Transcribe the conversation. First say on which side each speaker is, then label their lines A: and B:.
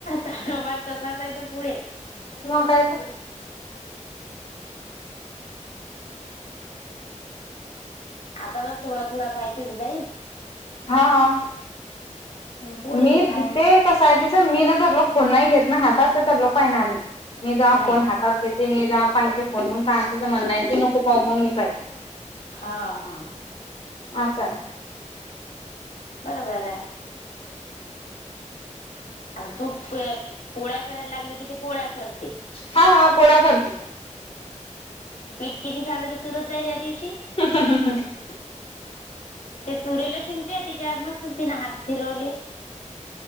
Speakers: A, on the left; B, on the left.
A: कारोबार तसाच आहे तो पुढे
B: मग काय त
A: आता तर थोडा थोडा पाहितीस बाई
B: हा.
A: पुढे
B: मी
A: बी पाहणार
B: ते कसं आहे तचं मी ना जर लो फोन नाय घेत ना हातात ते तर लो पाय ना मी जावा
A: नाही.
B: फोन हातात घेते मी जावा पाहिते फोन त मना नाय तू नको पाहू मग मी पाहिन.
A: हा हा.
B: आस हाय
A: बरोबर हाय - आता तू प पोळ्या करायला लागले की ती पोळ्या करते.
B: हा पोळ्या करती.
A: पीठ किती साजरां चुरत जाय त्या दिवशी
B: <unintelligible>
A: ते चुरेलस हिण ते तिच्या वर मस्त तिने हात फिरवले